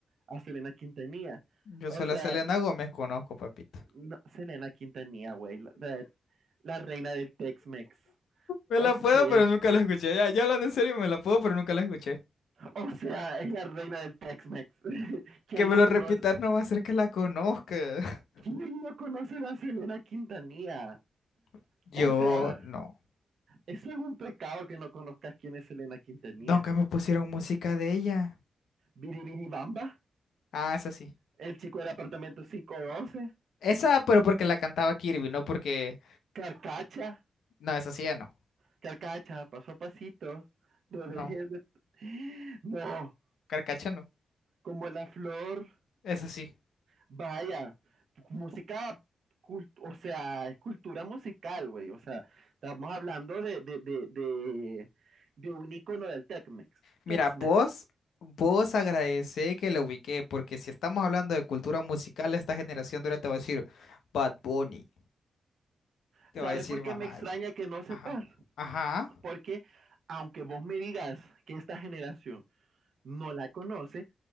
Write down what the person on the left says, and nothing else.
Yo
solo
a Selena Gómez conozco, papito.
Me
la
puedo, pero nunca la escuché. Ya, ya hablando en serio, me la puedo, pero nunca la escuché.
Que me
lo
repitas no va a hacer que la conozca.
<laughs> Yo
no.
Nunca me pusieron música de ella.
Ah, esa sí.
Esa, pero porque la cantaba Kirby, no porque.
No, esa sí ya no.
No,
Carcacha no.
Esa sí.
Mira,
vos, vos agradecé que la ubiqué, porque si estamos hablando de cultura musical, esta generación de ahora te va a decir Bad Bunny. Te
va a decir
mamá.
Ajá. Ajá.